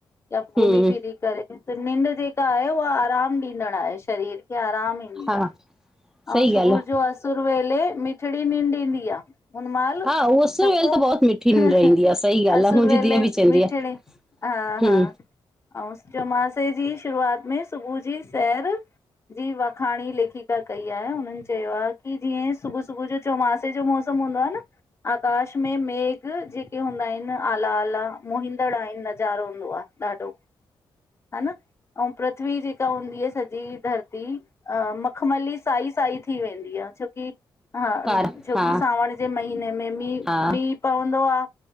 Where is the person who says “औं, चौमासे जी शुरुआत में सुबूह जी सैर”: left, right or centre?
Left